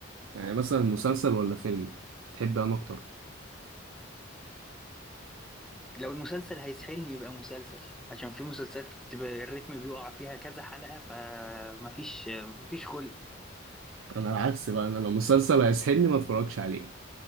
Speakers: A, on the right; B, in the centre.
A: يعني مثلا مسلسل ولا فيلم تحب انا اكتر
B: لو المسلسل هيسحلني يبقى مسلسل عشان في مسلسلات بتبقى الريتم بيقع فيها كذا حلقة فمفيش مفيش خلق <laughs>
A: انا العكس بقى انا لو مسلسل هيسحلني ما اتفرجش عليه